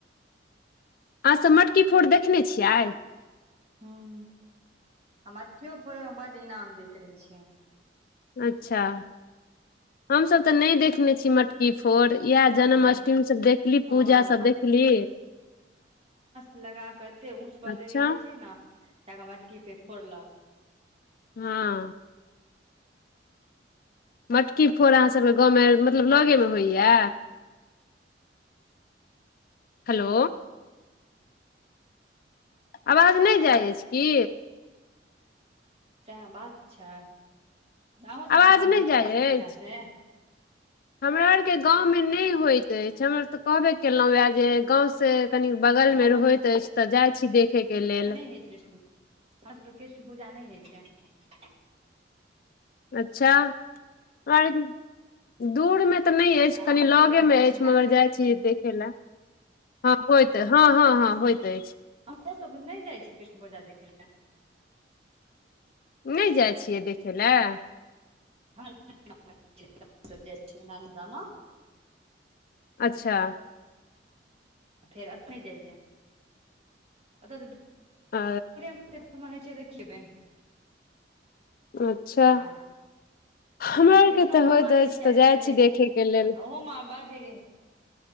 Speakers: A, on the left (about 55°); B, on the right (about 35°).
A: अहाँ सब मटकी फोड़ देखने छियै?
B: हुं, मटकियो फोड़े में बड इनाम दैत रहे छै।
A: अच्छा हमसभ तऽ नै देखने छी मट की फोर इएह जन्माष्टमी
B: हँ
A: सभ देखली पूजा
B: आ
A: सभ देखली।
B: लगाक एते ऊंच पर
A: अच्छा
B: देने रहे छै ने ाका मटकी पे फोड़लक।
A: हाँ। मटकी फोड़ अहाँसभके गाँवमे मतलब लगेमे होइए। हेलो। आवाज नै जाइ अएछ की।
B: सएह बात छैय अहों सब
A: आवाज
B: दिसन
A: नहि
B: हेय
A: जाइ
B: कृष्ण पूजा
A: अछि
B: से।
A: हमरा आरके गाँवमे नै होइत अएछ हम आर तऽ कहबे केलहुँ यए जे गाँवसे कनि बगल
B: हमरा
A: मे होइत अएछ तऽ जाइ छी देखे के लेल।
B: हे कृष्ण हमर सभके कृष्ण पूजा नै होइ छैय।
A: अच्छा और दूर मे तऽ नै अएछ
B: अहाँ
A: कनि
B: सब
A: लगे
B: दिसन
A: मे
B: होइ
A: अएछ
B: छै ने
A: मगर जाइ छी देखे लए। हँ होइत हँ हँ हँ होइत अएछ।
B: हमु सब नहि जाइ छी कृष्ण बजा देखै लए।
A: नै जाइ छियै देखै लए।
B: <unintelligible> नानी गाॅंव म
A: अच्छा।
B: फेर अपने जाइये ओत तऽ दू
A: आ
B: <unintelligible> छैय तऽ किबे।
A: अच्छा।
B: आ आ
A: हमरा
B: फेर
A: आरके
B: कृष्णो
A: तऽ
B: भगवान
A: होइत अछि
B: तीन चाइर
A: तऽ जाइ
B: दिन रहै
A: छी देखयके
B: छथिन
A: लेल
B: आ ओहोमा बढ रहे।